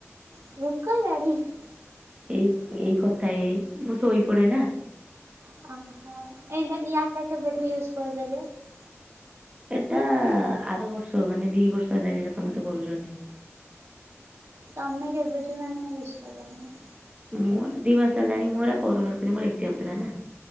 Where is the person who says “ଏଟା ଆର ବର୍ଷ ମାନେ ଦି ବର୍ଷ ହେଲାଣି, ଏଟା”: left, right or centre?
Right